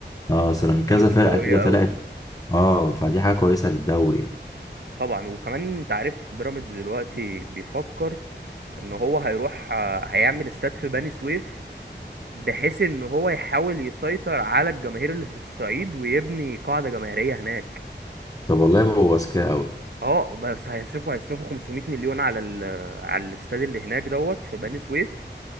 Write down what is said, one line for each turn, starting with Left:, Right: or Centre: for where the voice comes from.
Left: اه اصل من
Right: سيراميكا
Left: كذا فرقه
Right: قوية
Left: كده طلعت
Right: أوي
Left: اه فدي حاجه كويسه للدوري
Right: طبعا وكمان انت عارف بيراميدز دلوقتي بيفكر ان هو هيروح آه، هيعمل استاد في بني سويف بحيث ان هو يحاول يسيطر على الجماهير اللي في الصعيد ويبني قاعدة جماهيرية هناك
Left: طب والله بابا اذكياء قوي
Right: اه بس هيصرفوا هيصرفوا 500 مليون على ال... آه، على الاستاد اللي هناك دوت في بني سويف